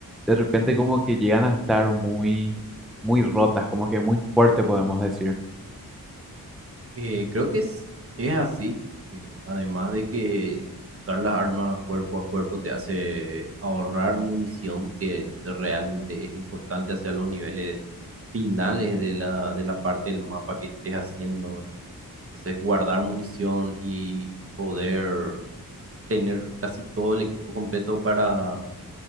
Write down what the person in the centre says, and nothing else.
de repente como que llegan a estar muy, muy rotas, como que muy fuerte podemos decir.